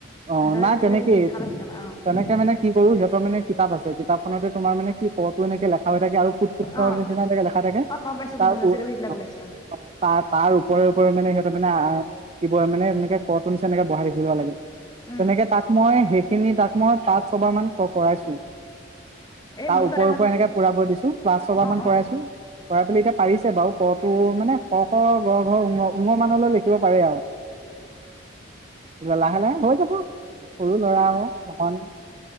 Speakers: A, on the right; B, on the left.
A: অ
B: হাতৰে
A: নাই
B: ধৰি
A: তেনেকেই
B: ধৰি তুমি লিখাবা শিকাবা। অ
A: তেনেকে মানে কি কৰো সিহঁতৰ মানে কিতাপ আছে কিতাপখনতে তোমাৰ মানে কি ক টো এনেকে লেখ। খা থাকে আৰু ফুট ফুটৰ
B: অ
A: নিচিনা থাকে লেখা থাকে।
B: অ গম পাইছো
A: তাৰ
B: গম পাইছো
A: উৰ
B: আজিকালি সেইবিলাক
A: অ
B: ওলাইছে
A: অ তাৰ তাৰ ওপৰে ওপৰে মানে সিহঁতে মানে। তাৰ থাকিব মানে এনেকে ক টোৰ নিচিনা এনেকে বহা থাকিব লাগে।
B: উম
A: তেনেকে তাক মই সেই। খিনি তাক মই পাঁচ ছবাৰ মান প পঢ়াইছো।
B: এই
A: তাৰ
B: মোৰ
A: ওপৰে
B: তাত এবাৰ
A: ওপৰে এনেকে পুৰা পঢ়ি দিছোঁ। পাঁচ ছবাৰ
B: অ
A: মান
B: অ
A: কৰাইছোঁ। লৰা ছোৱালী কা। পাৰিছে বাৰু ক টো মানে ক, খ, গ, ঘ, ঙ। ঙ মানলৈ লিখিব পাৰে আৰু। ল লাহে
B: অ
A: লাহে হৈ যাব। সৰু ল'ৰা আৰু অকন